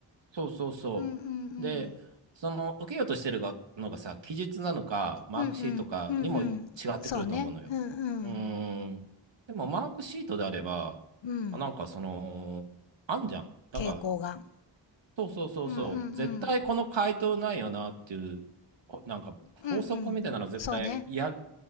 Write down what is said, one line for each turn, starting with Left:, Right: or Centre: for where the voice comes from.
Right: そうそうそう。
Left: うんうんう
Right: で、
Left: ん。
Right: その、受けようとしてるがのがさ、記述なのか、マークシートかにも違ってくると思うのよ。
Left: うんうん、うんうん。そうね。うんうん。
Right: うーん。でも、マークシートであれば、
Left: うん。
Right: あなんかその、あんじゃん。なんか、
Left: 傾向が。
Right: そうそうそうそう。
Left: うんうんうん。
Right: 絶対この回答ないよなっていう、こなんか、
Left: うんうん。
Right: 法則みたいなの絶対や、
Left: そうね。